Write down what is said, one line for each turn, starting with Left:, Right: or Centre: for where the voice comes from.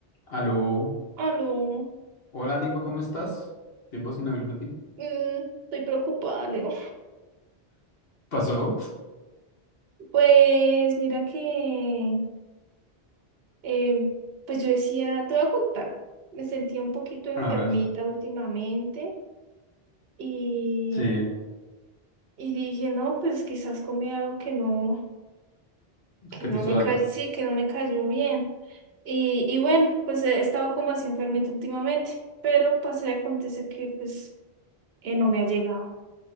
Left: Aló.
Right: Aló,
Left: Hola, Nico, ¿cómo estás? Tiempo sin oír de ti.
Right: mm, estoy preocupada, Leo.
Left: ¿Pasó?
Right: Pues mira que, eh, pues yo decía, te voy a contar, me sentía un poquito enfermita
Left: A ver.
Right: últimamente y,
Left: Sí,
Right: y dije, no, pues quizás comí algo que no, que
Left: ¿qué
Right: no
Left: te hizo
Right: me
Left: daño?
Right: cayó, sí, que no me cayó bien. Y, y bueno, pues he estado como así enfermita últimamente, pero pasa y acontece que pues eh, no me ha llegado.